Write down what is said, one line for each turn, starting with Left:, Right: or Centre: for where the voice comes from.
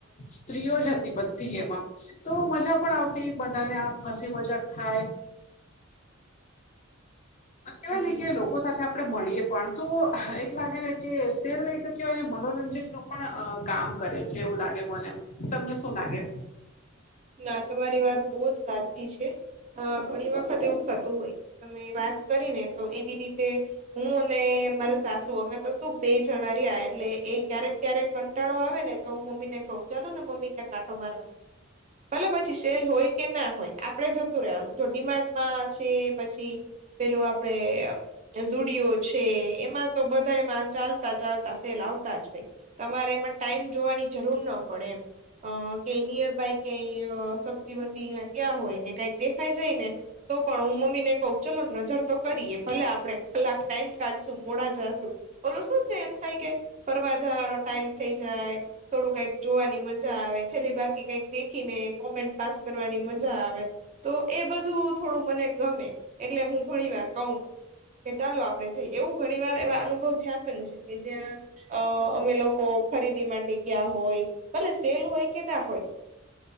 Left: સ્ત્રીઓ જ હતી બધી એમાં તો મજા પણ આવતી બધાને આમ હસી મજાક થાય આમ કેવાય
Right: હમ
Left: ને કે લો લોકો સાથે આપણે મળીએ પણ તો એટ લાગે ને કે સેલઈ કહેવાયને મનોરંજનનો પણ કામ કરે છે એવું લાગે મને તમને શું લાગે
Right: ના તમારી વાત બહુ જ સાચી છે અ ઘણી વખત એવું થતું હોય તમે વાત કરીને તો એવી રીતે હું અને મારા સાસુ અમે તો શું બે જણા રહ્યા એટલે એ ક્યારેક ક્યારેક કંટાળો આવે ને તો હું મમ્મીને કહું ચાલોને મમ્મી ક્યાં કાટો મારવા જઈએ ભલે પછી સેલ હોય કે ના હોય આપડે જતું રહેવાનું જો ડિમાન્ડમાં છે પછી પેલું આપડે ુડિયો છે એમાં તો બધા એમાં ચાલ ચાલ તસે લાવતા જ ભાઈ તમારે એમાં ટાઈમ જોવાની જરૂર ન પડે એમ અ ક નિયર બાય ક્યાય સબ્જી વડી ગયા હોય ને કઈક દેખાઈ જાય ને તો પણ હું મમ્મી ને કહ ચલો નજર તો કરીએ ભલે આપડણે કલાક ટાઈમ કાઢશું મોડા જાશું ઓલો શું થાય એમ થાય કે ફરવા જવાનો ટાઈમ થઈ જાય થોડું કઈક જોવાની મજા આવે છેલ્લે બાકી કઈક દેખીને કોમેન્ટ પાસ કરવાની મજા આવે તો એ બધું થોડું મને ગમે એટલે હું ઘણી વાર કહું મમ્મી ને કે ચાલો આપડે જઈએ એવું ઘણી વાર એવા અનુભવ થયા કે જ્યાં અ અમે લોકો ખરીદી માટે જગ્યા હોય ભલે સેલ હોય કે નાં હોય